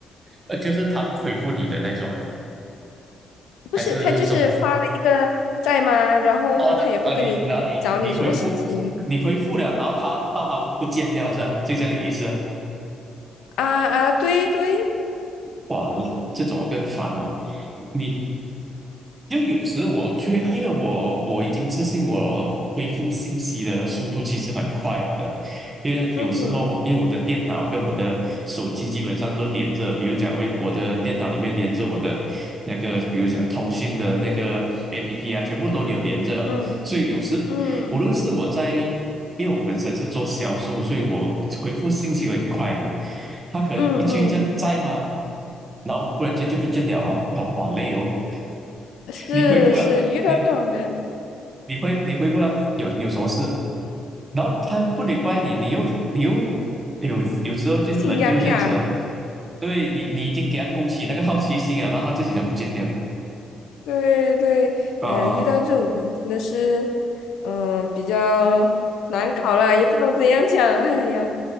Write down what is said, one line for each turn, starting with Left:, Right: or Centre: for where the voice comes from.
Right: 呃，就是他不回复你的那种啊，
Left: 不是，
Right: 还是什么？
Left: 他就是发了一个在吗，然后他也不跟你讲找你什么事情
Right: 哦，那哦，你然后你你回复，你回复了，然后他到它不见掉是吧？就这样的意思啊。
Left: 啊啊，对对，
Right: 哇，这种更烦了。你因就有时我却因为我我已经自信我恢复信息的速度其实很快了的，因为有时候我因为我的电脑跟我的手机基本上都连着，
Left: 嗯
Right: 比如讲我我的电脑里面连着我的那个，比如讲通讯的那个 APP 啊，全部都有连着了，
Left: 嗯
Right: 所以有时无论是我在，
Left: 嗯
Right: 因为我本身是做销售，所以我回复信息会很快的，他可能一句这样在吗？
Left: 嗯嗯，
Right: 然后忽然间就不见了哦，哇哇累哦，
Left: 是是，
Right: 你回复了，
Left: 遇到这种人
Right: 你你回你回复了，有有什么事？然后他不礼拜你，你又你又有有时候就人就是这样子哦，
Left: 心痒痒。
Right: 对你你已经给他勾起那个好奇心了，然后他自己才不见掉
Left: 对对，
Right: 啊，
Left: 哎呀，遇到这种人真的是，嗯，比较难搞啦，也不能怎样讲。哎呀，